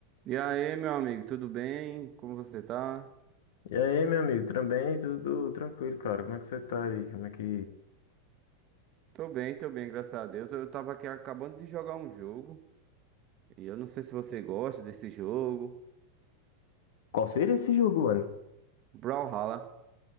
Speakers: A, on the right; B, on the left.
A: E aí, meu amigo, tudo bem? Como você tá?
B: E aí, meu amigo, também tudo tranquilo, cara. Como é que você tá aí? Como é que.
A: Tô bem, tô bem, graças a Deus. Eu tava aqui acabando de jogar um jogo, e eu não sei se você gosta desse jogo.
B: Qual seria esse jogo, mano?
A: Brawlhalla.